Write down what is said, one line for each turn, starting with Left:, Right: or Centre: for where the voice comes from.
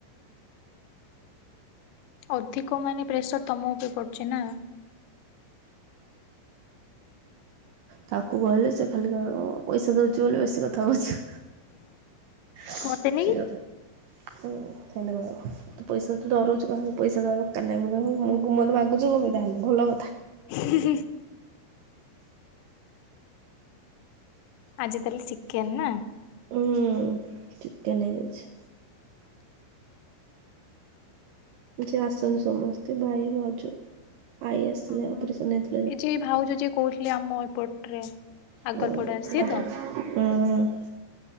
Left: ଅଧିକ ମାନେ ପ୍ରେସର ତମ ଉପରେ ପଡୁଛି ନା।
Right: ତାକୁ କହିଲେ ସେ ଖାଲି କହିବ ପଇସା ଦେଉଛି ବୋଲି ବେଶୀ କଥା କହୁଛୁ। ସେଇ
Left: କୁହନ୍ତିନି କି
Right: କଥା ହୁଁ ଧନ୍ୟବାଦ। ତ ପଇସା ତ ଡରଉଛୁ କାହାକୁ ପଇସା ଦରକାର ନାହିଁ ମୁଁ <inaudible> ମୋତେ ମାଗୁଛୁ ତା ହେଲେ କଣ ପାଇଁ ଭଲ କଥା।
Left: <unintelligible> ଆଜି ତାହେଲେ ଚିକେନ ନା।
Right: ଉ ଚିକେନ ହେଇଯାଇଛି। ଯେ ଆସିଛନ୍ତି ସମସ୍ତେ ଭାଇ ଭାଉଜ ଆଈ ଆସିଥିଲେ
Left: ହୁଁ ହୁଁ
Right: ଅପରେସନ ହେଥେ
Left: ଏ ଯେ ଭାଉଜ ଯିଏ କହୁଥିଲେ ଆମ ଏପଟରେ ଆଗର
Right: ହୁଁ
Left: ପଡା ସିଏ
Right: ତାପରେ
Left: ତ?
Right: ହୁଁ ହୁଁ।